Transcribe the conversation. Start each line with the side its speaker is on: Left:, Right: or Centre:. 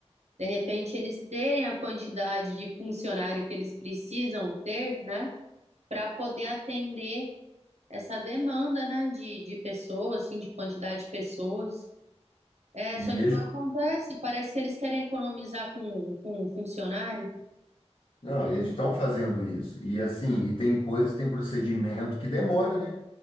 Right: De repente, eles terem a quantidade de funcionário que eles precisam ter, né, para poder atender essa demanda, né, de, de pessoas, assim, de quantidade de pessoas. É,
Left: E
Right: só
Left: mesmo.
Right: que não acontece, parece que eles querem economizar com, com um funcionário.
Left: Não, eles estão fazendo isso. E assim, e tem coisas, tem procedimento que demora, né?